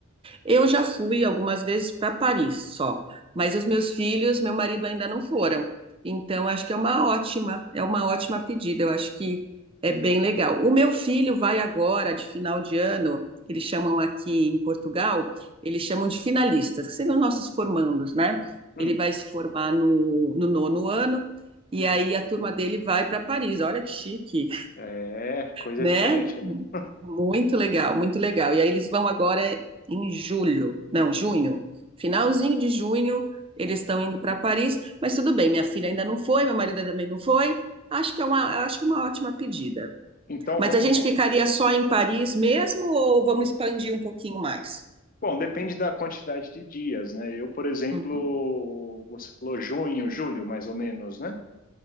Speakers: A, on the right; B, on the left.
A: Eu já fui algumas vezes para Paris só, mas os meus filhos, meu marido ainda não foram. Então, acho que é uma ótima, é uma ótima pedida. Eu acho que é bem legal. O meu filho vai agora, de final de ano, que eles chamam aqui em Portugal, eles chamam de finalistas, que seriam nossos formandos, né? Ele
B: Hum.
A: vai se formar no, no nono ano, e aí a turma dele vai para Paris. Olha que chique!
B: É, coisa
A: né?
B: diferente, né? <laughs>
A: Muito legal, muito legal. E aí eles vão agora em julho, não, junho, finalzinho de junho, eles estão indo para Paris, mas tudo bem, minha filha ainda não foi, meu marido também não foi. Acho que é uma, acho que é uma ótima pedida.
B: Então
A: Mas
B: vamos,
A: a gente
B: vamos-
A: ficaria só em Paris mesmo ou vamos expandir um pouquinho mais?
B: Bom, depende da quantidade de dias, né? Eu, por exemplo,
A: Hum.
B: você falou junho, julho, mais ou menos, né?